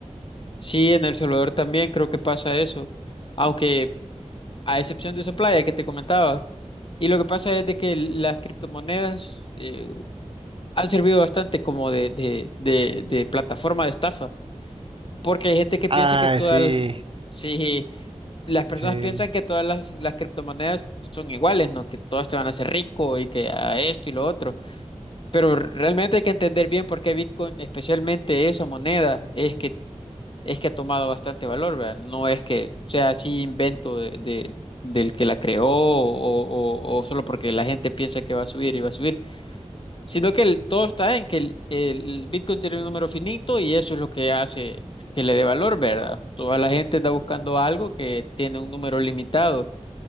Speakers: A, on the left; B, on the right.
A: Sí, en El Salvador también creo que pasa eso, aunque a excepción de esa playa que te comentaba. Y lo que pasa es de que las criptomonedas, eh, han servido bastante como de, de, de, de plataforma de estafa, porque hay gente que
B: Ay,
A: piensa que todas
B: sí,
A: las, sí, las personas
B: sí.
A: piensan que todas las, las criptomonedas son iguales, ¿no? Que todas te van a hacer rico y que a esto y lo otro, pero realmente hay que entender bien por qué Bitcoin, especialmente esa moneda, es que, es que ha tomado bastante valor, ¿verdad? No es que sea así invento de, de- del que la creó o, o o solo porque la gente piensa que va a subir y va a subir. Sino que el- todo está en que el, el Bitcoin tiene un número finito y eso es lo que hace que le dé valor, ¿verdad? Toda la gente anda buscando algo que tiene un número limitado.